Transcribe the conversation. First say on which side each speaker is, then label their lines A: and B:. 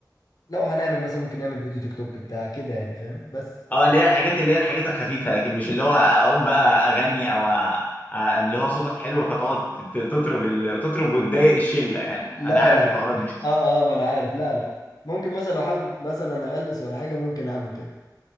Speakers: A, on the left; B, on the left.
A: لو هنعمل مثلا ممكن نعمل فيديو تيك توك بتاع كده يعني فاهم بس
B: اه اللي هي الحاجات اللي هي الحاجات الخفيفه لكن مش اللي هو اقوم بقى اغني او أ- اللي هو صوتك حلو فتقعد ت- تطرب ال- تطرب وتضايق الشله يعني
A: لا
B: انا عارف
A: لا
B: الحوارات دي
A: اه اه ما انا عارف لا لا ممكن مثلا لو حابب مثلا اغلس ولا حاجه ممكن اعمل كده